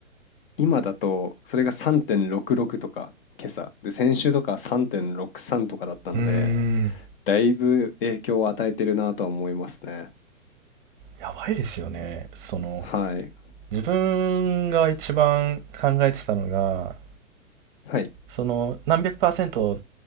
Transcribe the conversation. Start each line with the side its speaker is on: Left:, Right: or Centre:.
Left: 今だとそれが3.66とか、今朝。で、先週とか3.63とかだったので、
Right: ーん。
Left: だいぶ影響を与えてるなとは思いますね。
Right: やばいですよね。その、
Left: はい。
Right: 自分が一番考えてたのが、
Left: はい。
Right: その、何百パーセントっ